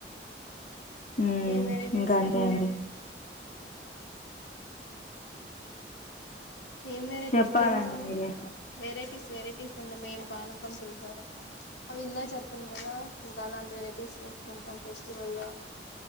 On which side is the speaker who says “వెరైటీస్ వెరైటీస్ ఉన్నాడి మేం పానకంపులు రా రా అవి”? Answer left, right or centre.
Left